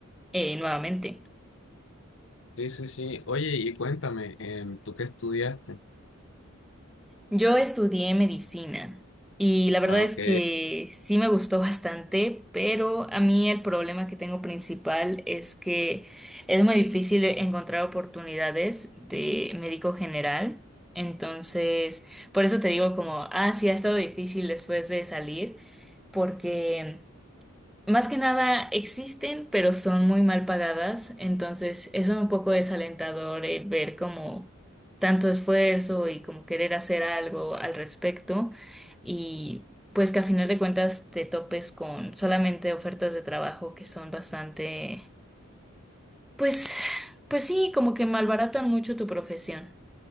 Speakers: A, in the centre; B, on the left.
A: eh, nuevamente.
B: Sí, sí, sí. Oye, y cuéntame, em, ¿tú qué estudiaste?
A: Yo estudié medicina y la
B: Ah,
A: verdad es
B: ok.
A: que sí me gustó <laughs> bastante, pero a mí el problema que tengo principal es que es muy difícil encontrar oportunidades de médico general. Entonces, por eso te digo como, ah, sí, ha estado difícil después de salir, porque... Más que nada existen, pero son muy mal pagadas, entonces eso es un poco desalentador el ver como tanto esfuerzo y como querer hacer algo al respecto y pues que a final de cuentas te topes con solamente ofertas de trabajo que son bastante, pues, pues sí, como que malbaratan mucho tu profesión.